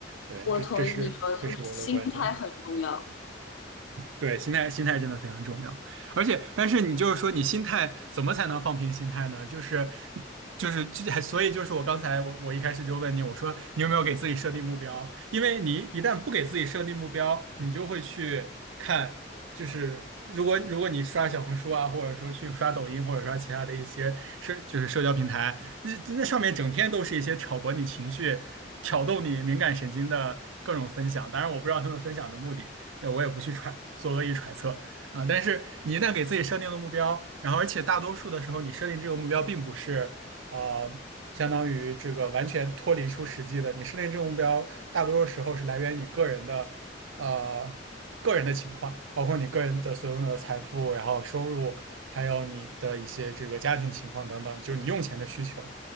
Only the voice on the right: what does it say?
对，
这这是这是我的观点。
对，心态心态真的非常重要，而且，但是你就是说，你心态怎么才能放平心态呢？就是就是就所以就是我刚才我我一开始就问你，我说你有没有给自己设定目标？因为你一旦不给自己设定目标，你就会去看，就是如果如果你刷小红书啊，或者说去刷抖音，或者刷其他的一些社就是社交平台，那那上面整天都是一些挑拨你情绪、挑动你敏感神经的各种分享。当然，我不知道他们分享的目的。那我也不去揣做恶意揣测啊。但是你一旦给自己设定了目标，然后而且大多数的时候，你设定这个目标并不是呃，相当于这个完全脱离出实际的。你设定这个目标，大多数时候是来源于个人的呃个人的情况，包括你个人的所拥有的财富，然后收入，还有你的一些这个家庭情况等等，就是你用钱的需求。